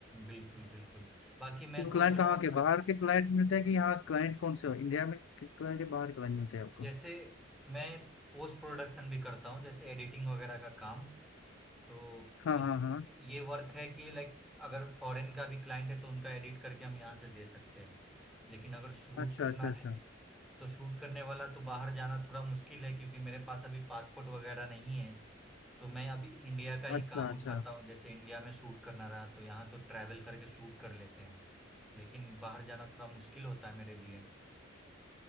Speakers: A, in the centre; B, on the left (about 85°).
A: बिल्कुल बिल्कुल बाकी मैं
B: तो
A: सोच
B: क्लाइंट
A: रहा
B: कहाँ
A: हूँ
B: के बाहर के क्लाइंट मिलते हैं कि यहाँ क्लाइंट कौन से हो? इंडिया में क्लाइंट या बाहर क्लाइंट मिलते हैं आपको?
A: जैसे मैं पोस्ट प्रोडक्शन भी करता हूँ जैसे एडिटिंग वगैरह का काम तो
B: हाँ,
A: इस
B: हाँ, हाँ।
A: ये वर्क है कि लाइक अगर फॉरेन का भी क्लाइंट है तो उनका एडिट करके हम यहाँ से दे सकते हैं लेकिन अगर शूट
B: अच्छा,
A: करना
B: अच्छा, अच्छा।
A: है तो शूट करने वाला तो बाहर जाना थोड़ा मुश्किल है क्योंकि मेरे पास अभी पासपोर्ट वगैरह नहीं है तो मैं अभी इंडिया का ही
B: अच्छा,
A: काम
B: अच्छा।
A: उठाता हूँ जैसे इंडिया में शूट करना रहा तो यहाँ तो ट्रैवल करके शूट कर लेते हैं लेकिन बाहर जाना थोड़ा मुश्किल होता है मेरे लिए